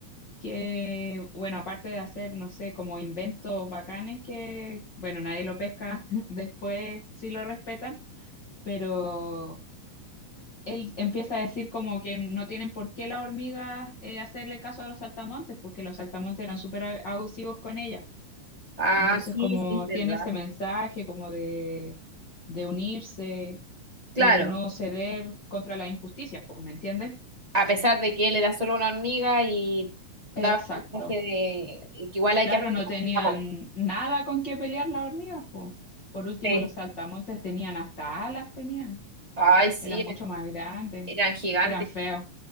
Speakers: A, on the left; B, on the right.
A: que, bueno, aparte de hacer, no sé, como inventos bacanes que, bueno, nadie lo pesca, <laughs> después sí lo respetan, pero él empieza a decir como que no tienen por qué las hormigas eh, hacerle caso a los saltamontes, porque los saltamontes eran súper abusivos con ellas.
B: Ah,
A: Entonces,
B: sí,
A: como
B: sí, es verdad.
A: tiene ese mensaje como de, de unirse
B: Claro,
A: y de no ceder contra las injusticias, pues, ¿me entiendes?
B: a pesar de que él era solo una hormiga y daba
A: Exacto.
B: un mensaje de que igual hay
A: Claro,
B: que hacer
A: no tenían
B: la voz.
A: nada con qué pelear las hormigas, pues. Por último,
B: Sí.
A: los saltamontes tenían hasta alas, tenían.
B: Ay, sí,
A: Eran mucho
B: eran,
A: más grandes,
B: eran gigantes
A: eran feos.